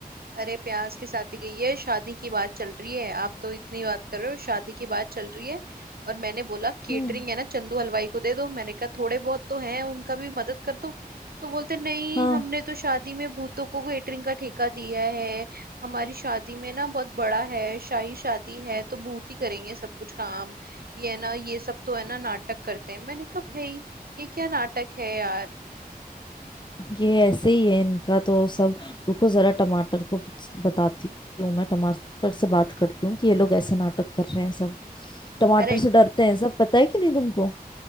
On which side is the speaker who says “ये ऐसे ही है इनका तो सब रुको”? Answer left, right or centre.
Left